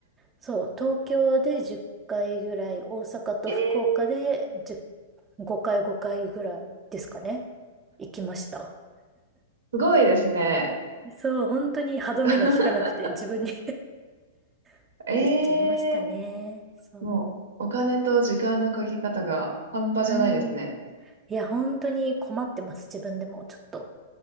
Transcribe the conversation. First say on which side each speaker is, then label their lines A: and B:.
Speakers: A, on the right; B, on the right.
A: そう、東京で10回ぐらい、大阪と福岡で10
B: えー、
A: 5回5回ぐらいですかね。行きました。
B: すごいですね。
A: そう、本当に歯止めが効かなくて自分に
B: <laughs>
A: <laughs>
B: ええ
A: 行っちゃいましたね。そう。
B: もう、お金と時間のかけ方が半端じゃないですね。
A: うん。いや、本当に困ってます。自分でも、ちょっと。